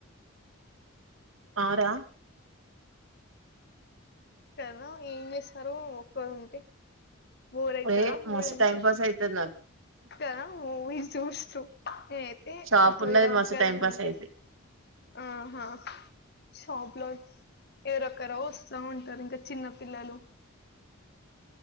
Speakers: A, on the right; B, on the left.
A: ఆ రా
B: కదా ఏం చేసరు ఒక్కరు ఉంటే బోర్ ఐతదా
A: ఏ
B: లేదంటే
A: మస్తు టైం పాస్ అయితది నాకు
B: కదా మూవీస్ చూస్తూ ఏ అయితే
A: షాప్
B: ఒకవేళ
A: ఉన్నది మస్తు
B: ఒక
A: టైం
B: దాన్
A: పాస్
B: ఐతే
A: అయిద్ది
B: ఆహా షోప్ లో ఏ రొక రో వస్త టారూ ఇంక చిన్న పిల్లలు